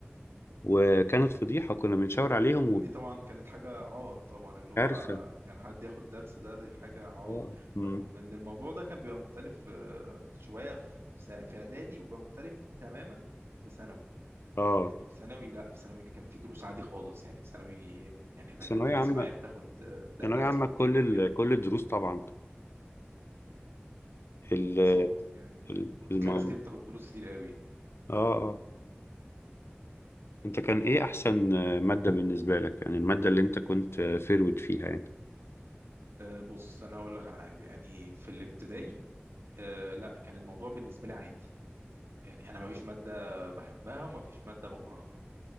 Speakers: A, on the left; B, on the right.
A: وكانت فضيحة كنا بنشاور عليهم
B: ودي طبعا كانت حاجة عار طبعا اللي هو
A: وبالكارثة
B: كان حد ياخد درس ده دي حاجة عار
A: اه مم.
B: رغم ان الموضوع ده كان بيبقى مختلف آه، شوية في س- في اعدادي وبقى مختلف تماما في ثانوي
A: اه
B: يعني في ثانوي لا في ثانوي كان في دروس عادي خالص يعني ثانوي يعني انا كان
A: ثانوية
B: في ناس
A: عامة
B: معايا بتاخد آه، د-
A: ثانوية
B: درس
A: عامة
B: واتنين
A: كل
B: كمان
A: ال...
B: يعني
A: كل الدروس طبعا ال...
B: بالظبط يعني
A: ال-
B: كنت
A: الموضوع
B: تلاقي ناس كتير بتاخد دروس كتير قوي يعني
A: اه اه انت كان ايه احسن آه، مادة بالنسبة لك يعني المادة اللي انت كنت آه، فيرود فيها يعني
B: آه، بص انا هقول لك على حاجة يعني في الابتدائي آه، لا كان الموضوع بالنسبة لي عادي يعني انا ما فيش مادة بحبها وما فيش مادة بكرهها